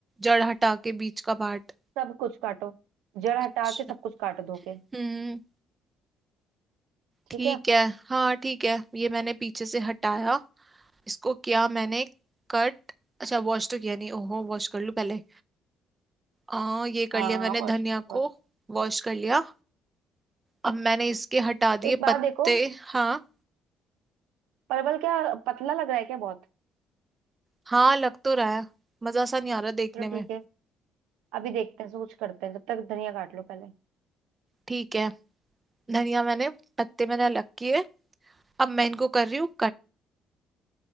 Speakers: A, on the right (about 25°); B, on the right (about 80°).
A: जड़ हटा के बीच का पार्ट
B: सब कुछ काटो जड़ हटा
A: अच्छा
B: के सब कुछ काट दो के
A: हम्म
B: ठीक
A: ठीक
B: है
A: है हाँ ठीक है ये मैंने पीछे से हटाया इसको किया मैंने कट अच्छा वॉश तो किया नहीं ओहो वॉश कर लूँ पहले आ, ये कर
B: हाँ
A: लिया मैंने
B: वॉश
A: धनिया
B: करो वॉश
A: को वॉश कर लिया अब मैंने इसके हटा दिए
B: एक बात
A: पत्ते
B: देखो
A: हाँ
B: परवल क्या पतला लग रहा है क्या बहुत
A: हाँ लग तो रहा है मजा सा नहीं आ रहा देखने
B: चलो ठीक
A: में
B: है अभी देखते हैं इसको कुछ करते हैं जब तक धनिया काट लो पहले
A: ठीक है धनिया मैंने पत्ते मैंने अलग किए अब मैं इनको कर रही हूँ